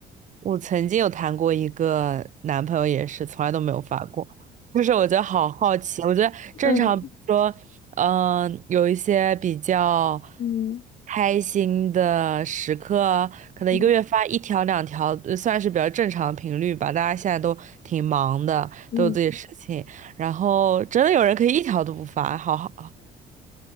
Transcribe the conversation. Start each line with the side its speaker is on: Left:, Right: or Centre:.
Right: 我曾经有谈过一个男朋友，也是从来都没有发过。就是我觉得好好奇，我觉得正常比如说，
Left: 嗯
Right: 嗯、有一些比较
Left: 嗯
Right: 开心的时刻，可能一个月发一条两条，
Left: 嗯
Right: 呃算是比较正常的频率吧。大家现在都挺忙的，
Left: 嗯，
Right: 都有自己的事情，然后真的有人可以一条都不发，好好，